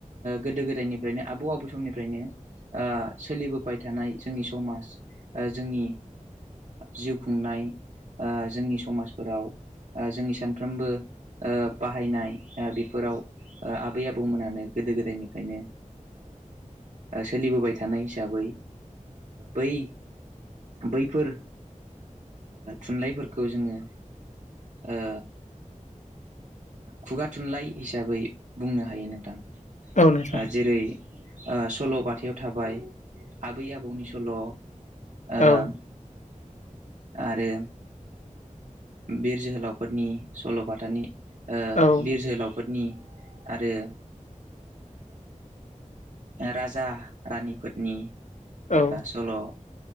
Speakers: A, on the right (about 65°); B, on the left (about 65°).
A: गोदो गोदायनिफ्रायनो आबौ आबौ समनिफ्रायनो सोलिबोबाय थानाय जोंनि समाज जोंनि जिउ खुंनाय जोंनि समाजफोराव जोंनि सानफ्रोमबो बाहायनाय बेफोराव आबै आबौमोनानो गोदो गोदायनिफ्रायनो सोलिबोबाय थानाय हिसाबै बै बैफोर थुनलाइफोरखौ जोङो औ खुगा थुनलाइ हिसाबै बुंनो हायो नोंथां
B: औ नोंथां
A: जेरै सल' बथायाव थाबाय आबै आबौनि सल' आं
B: औ
A: आरो बिर जोहोलावफोरनि सल'बाथानि बिर
B: औ
A: जोहोलावफोरनि आरो राजा रानिफोरोनि
B: औ
A: सल'